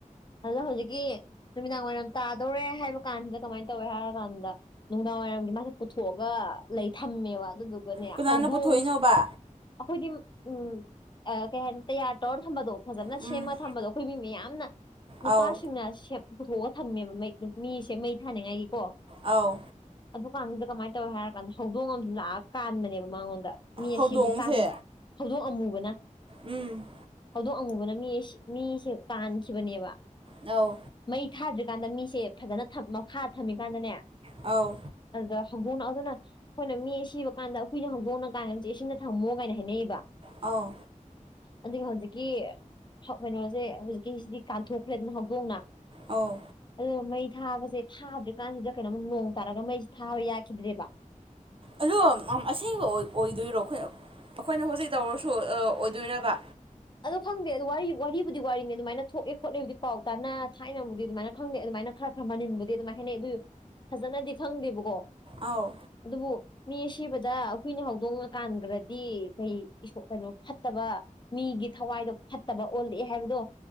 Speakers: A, on the left; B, on the right.
A: ꯑꯗꯨꯗ ꯍꯧꯖꯤꯛꯀꯤ ꯅꯨꯃꯤꯗꯥꯡ ꯋꯥꯏꯔꯝ ꯇꯥꯗꯧꯔꯦ ꯍꯥꯏꯕ ꯀꯥꯟꯁꯤꯗ ꯀꯃꯥꯏꯅ ꯇꯧꯏꯦ ꯍꯥꯏꯔ ꯀꯥꯟꯗ ꯅꯨꯡꯗꯥꯡ ꯋꯥꯏꯔꯝꯒꯤ ꯃꯥꯁꯦ ꯄꯨꯊꯣꯛꯑꯒ ꯂꯩ ꯊꯝꯃꯦꯕ ꯑꯗꯨꯗꯨꯒꯅꯦ
B: ꯀꯅꯥꯅ
A: ꯍꯧꯗꯣꯡ
B: ꯄꯨꯊꯣꯛꯏꯅꯣꯕ
A: ꯑꯩꯈꯣꯏꯗꯤ ꯎꯝ ꯀꯩ ꯍꯥꯏꯅꯤ ꯇꯌꯥꯔ ꯇꯧꯔ ꯊꯝꯕꯗꯣ ꯐꯖꯅ
B: ꯎꯝ
A: ꯁꯦꯝꯃꯒ ꯊꯝꯕꯗꯣ ꯑꯩꯈꯣꯏ ꯃꯤ ꯃꯌꯥꯝꯅ ꯅꯨꯄꯥꯁꯤꯡꯅꯦ
B: ꯑꯧ
A: ꯄꯨꯊꯣꯛꯑ ꯊꯝꯃꯦꯕ ꯃꯩ ꯃꯤꯁꯦ ꯃꯩ ꯊꯥꯅꯤꯡꯉꯥꯏꯒꯤꯀꯣ
B: ꯑꯥꯎ
A: ꯗꯨꯀꯥꯟꯁꯤꯗ ꯀꯃꯥꯏꯅ ꯇꯧꯋꯦ ꯍꯥꯏꯔ ꯀꯥꯟꯗ ꯍꯧꯗꯣꯡ ꯑꯃꯁ ꯂꯥꯛꯑꯀ ꯀꯥꯟꯕꯅꯦꯕ ꯃꯉꯣꯟꯗ ꯃꯤ
B: ꯍꯧꯗꯣꯡꯁꯦ
A: ꯑꯁꯤꯕꯕꯁꯤ ꯀꯥꯟ ꯍꯧꯗꯣꯛꯑꯝꯃꯨꯕꯅ
B: ꯎꯝ
A: ꯍꯧꯗꯣꯛ ꯑꯃꯉꯨꯕꯅ ꯃꯤ ꯃꯤꯁꯦ ꯇꯥꯟꯈꯤꯕꯅꯦꯕ
B: ꯑꯧ
A: ꯃꯩ ꯊꯥꯗ꯭ꯔꯤꯀꯥꯟꯗ ꯃꯤꯁꯦ ꯐꯖꯅ ꯃꯈꯥ ꯊꯝꯃꯤꯀꯥꯟꯗꯅꯦ
B: ꯑꯥꯎ
A: ꯑꯗꯨꯗ ꯍꯧꯗꯣꯡꯅ ꯑꯗꯨꯅ ꯑꯩꯈꯣꯏꯅ ꯃꯤ ꯁꯤꯕ ꯀꯥꯟꯗ ꯑꯩꯨꯏꯅ ꯍꯧꯗꯣꯛꯅ ꯀꯥꯟꯗ ꯆꯦ ꯑꯁꯤꯗ ꯊꯝꯃꯣ ꯀꯥꯏꯅ ꯍꯥꯏꯅꯩꯕ
B: ꯑ
A: ꯑꯗꯒꯤ ꯍꯧꯖꯤꯛꯀꯤ ꯀꯩꯅꯣꯁꯦ ꯍꯧꯖꯤꯛꯀꯤ ꯁꯤꯗꯤ ꯀꯥꯟꯊꯣꯛꯈ꯭ꯔꯦ ꯑꯗꯨꯅ ꯍꯧꯗꯣꯡꯅ
B: ꯑꯧ
A: ꯑꯗꯣ ꯃꯩꯗ ꯊꯥꯕꯁꯦ ꯊꯥꯗ꯭ꯔꯤꯀꯥꯟꯁꯤꯗ ꯀꯩꯅꯣꯝ ꯅꯣꯡ ꯇꯥꯔꯒ ꯃꯩꯁꯦ ꯊꯥꯕ ꯌꯥꯈꯤꯗ꯭ꯔꯦꯕ
B: ꯑꯗꯣ ꯑꯁꯦꯡꯕ ꯑꯣꯏꯗꯣꯏꯔꯣ ꯑꯩꯈꯣꯏ ꯑꯩꯈꯣꯏꯅ ꯍꯧꯖꯤꯛ ꯇꯧꯔꯁꯨ ꯑꯣꯏꯗꯣꯏꯔꯕ
A: ꯑꯗꯣ ꯈꯪꯗꯦ ꯑꯗꯨ ꯋꯥꯔꯤꯔꯤꯕꯨꯕꯨꯗꯤ ꯋꯥꯔꯤꯅꯤ ꯑꯗꯨꯃꯥꯏꯅ ꯊꯣꯛꯑꯦ ꯈꯣꯠꯂꯦꯕꯨꯗꯤ ꯄꯥꯎ ꯇꯥꯅ ꯊꯥꯏꯅꯕꯕꯨꯗꯤ ꯑꯗꯨꯃꯥꯏꯅ ꯈꯪꯗꯦ ꯑꯗꯨꯃꯥꯏꯅ ꯃꯥꯏꯅ ꯈꯔ ꯈꯔ ꯃꯅꯤꯡꯟꯕꯗꯤ ꯑꯗꯨꯃꯥꯏ ꯍꯥꯏꯅꯩ ꯑꯗꯨ ꯐꯖꯅꯗꯤ ꯈꯪꯗꯦꯕꯀꯣ
B: ꯑꯧ
A: ꯑꯗꯨꯕꯨ ꯃꯤ ꯁꯤꯕꯗ ꯍꯨꯏꯅ ꯍꯧꯗꯣꯡꯅ ꯀꯥꯟꯈ꯭ꯔꯗꯤ ꯀꯩ ꯀꯩꯅꯣ ꯐꯠꯇꯕ ꯃꯤꯒꯤ ꯊꯋꯥꯏꯗꯣ ꯐꯠꯇꯕ ꯑꯣꯜꯂꯛꯑꯦ ꯍꯥꯏꯕꯗꯣ